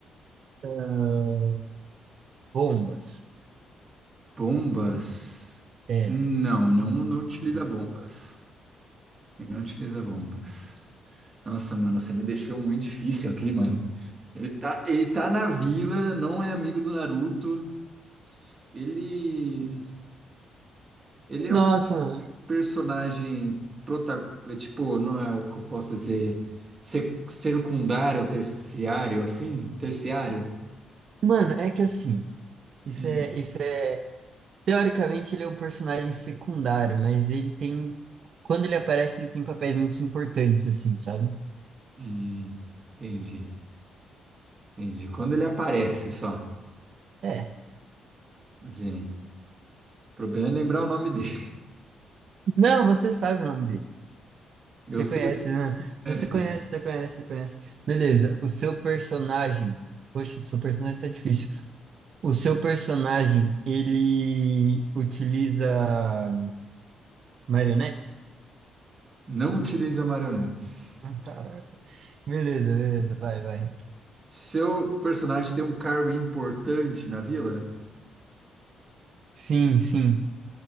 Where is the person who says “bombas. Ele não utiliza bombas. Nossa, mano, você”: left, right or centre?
Right